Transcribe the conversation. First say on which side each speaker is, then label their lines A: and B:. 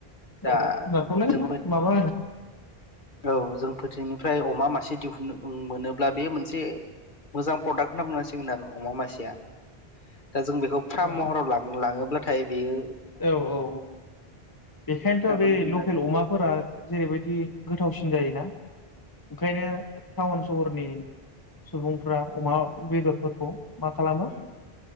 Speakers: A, on the left; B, on the left.
A: दा
B: औ जुनारफ्रालाय
A: जों
B: माबा
A: औ जोंफोथिनिफ्राय अमा मासे दि मोनोब्ला बे मोनसे मोजां प्रडाक्ट होनना बुंनांसिगोन आरो अमा मासेया दा जों बेखौ फार्म
B: औ
A: महराव लां लाङोब्ला नाथाय बियो
B: औ औ बेखायनोथ'
A: बाथ्राखौनो
B: बे
A: बुंबाय
B: लकेल
A: आरो
B: अमाफोरा जेरैबायदि गोथावसिन जायोना ओंखायनो टाउन सहरनि सुबुंफ्रा अमा बेदरफोरखौ मा खालामो
A: आं